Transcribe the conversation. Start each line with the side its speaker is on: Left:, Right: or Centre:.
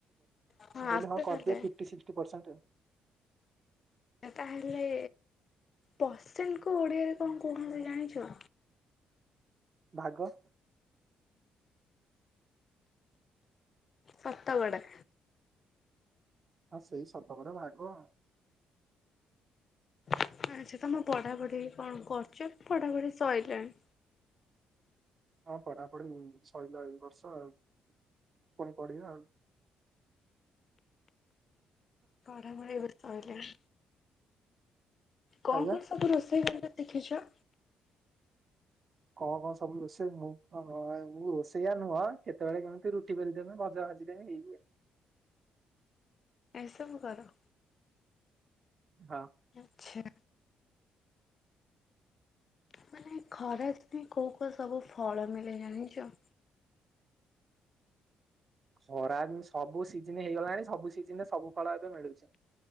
Left: ହଁ
Right: କହିଲ
Left: ଆସେ
Right: ହଁ
Left: ତାହେଲେ ତାହେଲେ ପରସେଣ୍ଟ କୁ ଓଡିଆରେ କଣ କହୁଛନ୍ତି ଜାଣିଛ
Right: ଭାଗ
Left: ସତ ଗଡ଼
Right: ଆଉ ସେଇ ସତକଡ ଭାଗ।
Left: ଆଚଛା ତମେ ପଢା ପଢି କଣ କରୁଚ? ପଢାପଢି ସରିଲାଣି।
Right: ହଁ ପଢାପଢି ସରିଲା ଏ ବର୍ଷ ଆଉ ପୁଣି ପଢିବା ଆଉ।
Left: ପଢ଼ାପାଢ଼ୀ ସଇଲାଣି। କଣ
Right: ଆଜ୍ଞା।
Left: କଣ ସବୁ ରୋଷେଇ କରିବା ଶିଖିଛ?
Right: କଣ କଣ ସବୁ ରୋଷେଇ ମୁ ମୁଁ ରୋଷେଇଆ ନୁହଁ କେତେବେଳେ କେମିତି ରୁଟି ବେଲିଦେବି ଭଜା ଭାଜି ଦେମି <unintelligible>
Left: ଏସବୁ କର।
Right: ହଁ।
Left: ଆଛା ମାନେ ଖରା ପାଇଁ କୋଉ କୋଉ ସବୁ ଫଳ ମିଳେ ଜାଣିଚ?
Right: ଖରାଦି ସବୁ ସିଜିନ ହେଇଗଲାଣି ସବୁ ସିଜିନରେ ସବୁ ଫଳ ଏବେ ମିଳୁଚି।